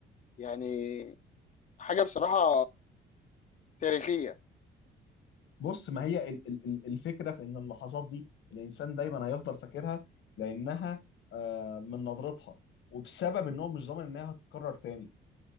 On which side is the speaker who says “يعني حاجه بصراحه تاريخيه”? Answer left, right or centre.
Left